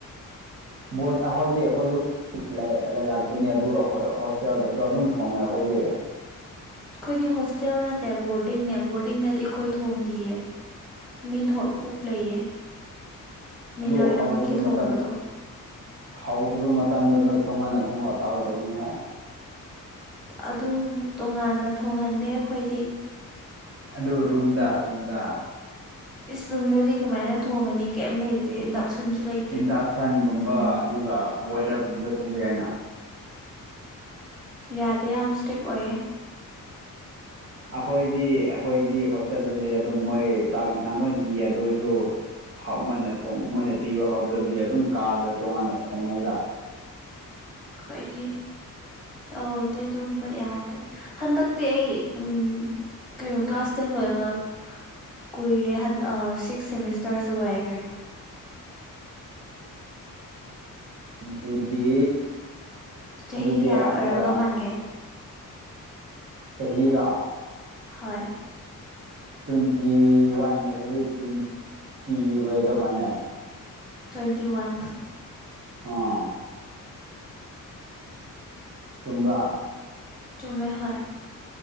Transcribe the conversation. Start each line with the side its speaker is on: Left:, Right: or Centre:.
Right: ꯕꯣꯔꯗ ꯑꯩꯈꯣꯏꯗꯤ ꯑꯩꯈꯣꯏꯁꯨ ꯂꯩ-ꯂꯩꯔꯛꯄꯅꯤ ꯑꯗꯨ ꯍꯣ-ꯍꯣꯁꯇꯦꯜꯗꯁꯨ ꯑꯗꯨꯝ ꯊꯣꯡꯉꯦ ꯑꯩꯈꯣꯏꯗꯤ
Centre: ꯑꯩꯈꯣꯏꯗꯤ ꯍꯣꯁꯇꯦꯜ ꯅꯠꯇꯦ ꯕꯣꯔꯗꯤꯡꯅꯦ ꯕꯣꯔꯗꯤꯡꯅꯗꯤ ꯑꯩꯈꯣꯏ ꯊꯣꯡꯗꯤꯌꯦ ꯃꯤ ꯊꯣ ꯀꯨꯛ ꯂꯩꯌꯦ ꯃꯤ
Right: ꯑꯗꯨ
Centre: ꯂꯣꯏꯅꯃꯛꯀꯤ
Right: ꯍꯧꯗꯕ ꯃꯇꯝ
Centre: ꯊꯣꯡꯕꯗꯣ
Right: ꯍꯧꯗꯕ ꯃꯇꯝꯗ ꯅꯣꯏ ꯇꯣꯉꯥꯟꯅ ꯊꯣꯡꯉꯒ ꯆꯥꯒꯗꯧꯕꯅꯤ ꯍꯦ
Centre: ꯑꯗꯨꯝ ꯇꯣꯉꯥꯟꯅ ꯊꯣꯡꯍꯟꯗꯦ ꯑꯩꯈꯣꯏꯗꯤ
Right: ꯑꯗꯨ ꯔꯨꯝꯗ ꯔꯨꯝꯗ
Centre: ꯏꯁ ꯔꯨꯝꯗꯗꯤ ꯀꯃꯥꯏꯅ ꯊꯣꯡꯉꯅꯤ ꯀꯩꯝ ꯂꯩꯇꯦ ꯢꯟꯗꯛ ꯁꯨꯟꯁꯨ ꯂꯩ
Right: ꯏꯟꯗꯛꯁꯟꯒꯨꯝꯕ ꯑꯗꯨꯒ ꯕꯣꯏꯂꯔꯒꯨꯝꯕꯗ ꯊꯣꯡꯕ ꯌꯥꯏꯅ
Centre: ꯌꯥꯗ ꯌꯥꯝꯁꯇꯦꯛ ꯑꯣꯏꯌꯦ
Right: ꯑꯩꯈꯣꯏꯗꯤ ꯑꯩꯈꯣꯏꯗꯤ ꯍꯣꯁꯇꯦꯜꯗ ꯂꯩ ꯑꯗꯨꯣ ꯃꯣꯏ ꯆꯥꯛ ꯏꯟꯁꯥꯡ ꯂꯣꯏ ꯄꯤꯌꯦ ꯑꯗꯨ ꯑꯣꯏꯁꯨ ꯃꯣꯏꯅ ꯃꯣꯏꯅ ꯄꯤꯕ ꯍꯧꯗꯕꯒꯤ ꯑꯗꯨꯝ ꯀꯥꯗ ꯇꯣꯡꯉꯥꯟꯅ ꯊꯣꯡꯉꯦꯗ
Centre: ꯈꯣꯏꯗꯤ ꯇꯧꯗꯦ ꯑꯗꯨꯕ ꯌꯥꯗꯦ ꯍꯟꯗꯛꯇꯤ ꯑꯩ ꯎꯝ ꯀꯩꯅꯣ ꯀ꯭ꯂꯥꯁ ꯇꯦꯟ ꯂꯣꯏꯕ ꯀꯨꯏꯔꯦ ꯍꯟ ꯁꯤꯛꯁ ꯁꯦꯃꯤꯁꯇꯔꯁꯨ ꯂꯣꯏꯈ꯭ꯔꯦ
Right: ꯑ ꯑꯗꯨꯗꯤ
Centre: ꯆꯍꯤ
Right: ꯑꯗꯨꯗꯤ
Centre: ꯀꯌꯥ
Right: ꯑ
Centre: ꯑꯣꯏꯔꯝꯗꯧ
Right: ꯑꯣꯏꯔꯥꯡ
Centre: ꯃꯥꯟꯒꯦ
Right: ꯆꯍꯤꯔ
Centre: ꯍꯣꯏ
Right: ꯇ꯭ꯋꯦꯟꯇꯤ ꯋꯥꯟꯅꯔꯗꯤ ꯇ꯭ꯋꯦꯟꯇꯤ ꯑꯣꯏꯗꯧ ꯃꯥꯜꯂꯦ
Centre: ꯇ꯭ꯋꯦꯟꯇꯤ ꯋꯥꯟ
Right: ꯑꯥ ꯆꯨꯝꯕ꯭ꯔꯥ
Centre: ꯆꯨꯝꯃꯦ ꯍꯣꯏ